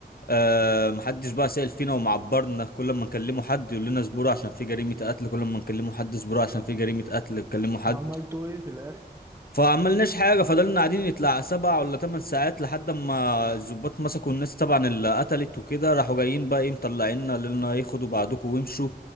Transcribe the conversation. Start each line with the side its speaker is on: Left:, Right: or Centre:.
Left: أه محدش بقى سائل فينا ومعبرنا كل ما نكلمه حد يقول لنا اصبروا عشان في جريمة قتل كل ما نكلمه حد اصبروا عشان في جريمة قتل نكلمه حد
Right: وعملتوا ايه في الاخر
Left: فعملناش حاجة فضلنا قاعدين يطلع سبع ولا تمن ساعات لحد ما الظباط مسكوا الناس طبعا اللي قتلت وكده راحوا جايين بقى ايه مطلعيننا لنا ياخدوا بعضكم وامشوا